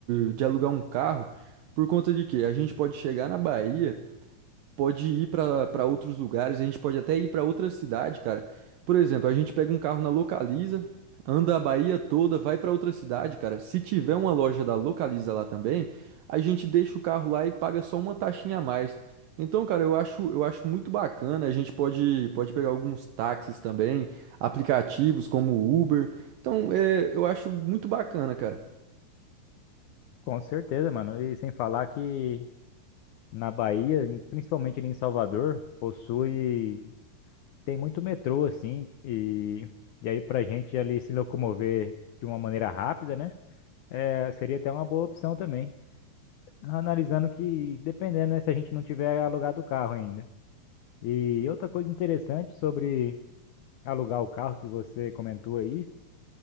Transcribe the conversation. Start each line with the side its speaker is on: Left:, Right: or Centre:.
Right: eh, de alugar um carro por conta de que a gente pode chegar na Bahia pode ir pra para outros lugares, a gente pode até ir pra outra cidade, cara. Por exemplo, a gente pega um carro na Localiza, anda a Bahia toda, vai pra outra cidade, cara. Se tiver uma loja da Localiza lá também, a gente deixa o carro lá e paga só uma taxinha a mais. Então, cara, eu acho, eu acho muito bacana. A gente pode, pode pegar alguns táxis também, aplicativos como o Uber. Então, é, eu acho muito bacana, cara.
Left: Com certeza, mano. E sem falar que na Bahia, em- principalmente ali em Salvador, possui, tem muito metrô, assim, e, e aí pra gente ali se locomover de uma maneira rápida, né? É, seria até uma boa opção também. Analisando que, dependendo, né, se a gente não tiver alugado o carro ainda. E outra coisa interessante sobre alugar o carro que você comentou aí,